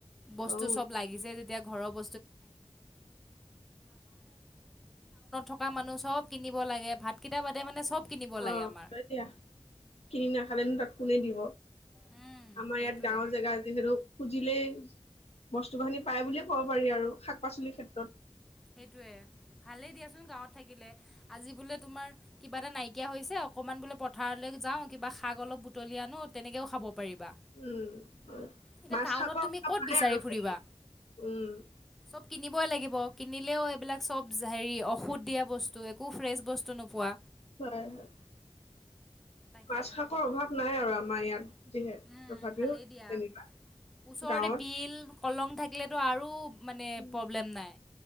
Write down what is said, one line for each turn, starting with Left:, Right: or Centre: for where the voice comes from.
Centre: বস্তু
Left: অ
Centre: চব লাগিছে যেতিয়া ব খ <inaudible> লাগে ভাতকেইটা বাদে মানে চব কিনিব
Left: অ'
Centre: লাগে আমাৰ
Left: দিয়া কিনি নাখালেনো তাক কোনে দিব।
Centre: উম
Left: আমাৰ
Centre: সেইটোৱে
Left: ইয়াত গাওৰ জেগা যিহেতু। দিলেই বস্তু বাহিনি পাই বুলিয়ে ক'ব পাৰি আৰু শাক-পাচলিৰ ক্ষেত্ৰত
Centre: সেইটোৱে ভালেই দিয়াচোন গাঁৱত থাকিলে, আজি বোলে তুমাৰ কিবা এটা নাইকিয়া হৈছে, অকনমান বোলে পথাৰলৈ যাওঁ কিবা বি শাক অলপ বুটলি আনো তেনেকেও খাব পাৰিবা
Left: উম
Centre: এতিয়া
Left: মাছ
Centre: টাউনত
Left: থাকৰ
Centre: তুমি
Left: কথা
Centre: ক'ত
Left: ভালে
Centre: বিচাৰি
Left: আৰু।
Centre: ফুৰিবা
Left: উম'
Centre: চব কিনিবই লাগিব। কিনিলেও, এইবিলাক চব হেৰি ঔষধ দিয়া বস্তু একো ফ্ৰেছ বস্তু নোপোৱা।
Left: হয়, হয়
Centre: তাকে
Left: মাছ, শাকৰ অভাৱ নাই আৰু আমাৰ ইয়াত। যিহে
Centre: উম
Left: তথাপিও
Centre: ভালেই দিয়া
Left: তেনেকুৱা
Centre: ওচৰতে
Left: গাঁৱত।
Centre: বিল কলং থাকিলেতো আৰু মানে
Left: উম।
Centre: প্ৰব্লেম নাই।